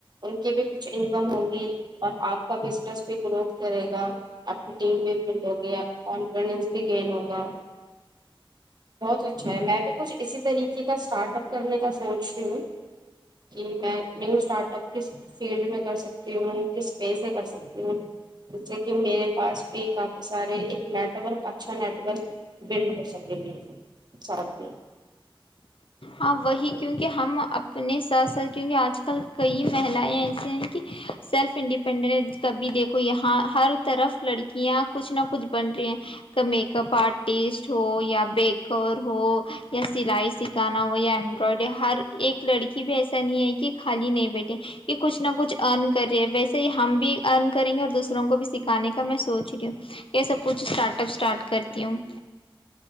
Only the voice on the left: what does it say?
ہاں وہی کیونکہ ہم اپنے ساتھ ساتھ کیونکہ آج کل کئی مہلائیں ایسی ہیں کہ سیلف انڈیپینڈنٹ کبھی دیکھو یہاں ہر طرف لڑکیاں کچھ نہ کچھ بن رہی ہیں ک میک اپ آرٹسٹ ہو یا بیکر ہو یا سلائی س سکھانا ہو یا امبرائڈری ہر ایک لڑکی بھی ایسا نہیں ہے کہ خالی نہیں بیٹھے یہ کچھ نہ کچھ ارن کر رہے ویسے ہی ہم بھی ارن کریں گے اور دوسروں کو بھی سکھانے کا میں سوچ رہی ہوں یہ سب کچھ اسٹارٹ اسٹارٹ کرتی ہوں